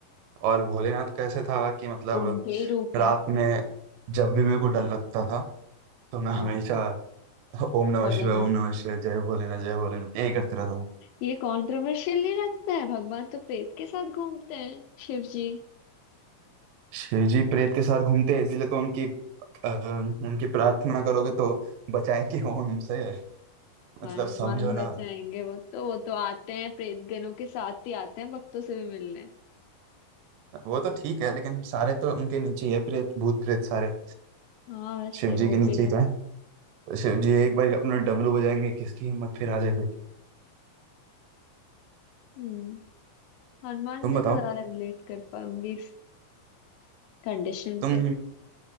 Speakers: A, on the right; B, on the left.
A: और भोलेनाथ का ऐसे था कि मतलब
B: उनके ही रूप
A: रात
B: है
A: में जब भी मेरे को डर लगता था तो मैं हमेशा
B: हाँ
A: ओम नमः
B: भोलेनाथ
A: शिवाय ओम नमः शिवाय जय भोलेनाथ जय भोलेनाथ यही करते रहता था
B: ये कंट्रोवर्शियल नहीं लगता है भगवान तो प्रेत के साथ घूमते हैं शिव जी
A: शिव जी प्रेत के साथ घूमते हैं इसीलिए तो उनकी अ, उनकी प्रार्थना करोगे तो बचाएंगे वो उनसे मतलब
B: हनुमान
A: समझो ना
B: बचाएंगे वो तो वो तो आते हैं प्रेत गणों के साथ ही आते हैं भक्तों से भी मिलने
A: वो तो ठीक है लेकिन सारे तो उनके नीचे ही है प्रेत भूत प्रेत सारे
B: हाँ वैसे
A: शिव जी
B: वो
A: के नीचे
B: भी है
A: ही तो है शिव जी एक बार अपना डमरू बजाएंगे किसकी हिम्मत फिर आ जाए कोई
B: हम्म हनुमान
A: तुम
B: जी
A: बताओ
B: से ज्यादा रिलेट कर पाऊंगी इस कंडीशन
A: तुम
B: पे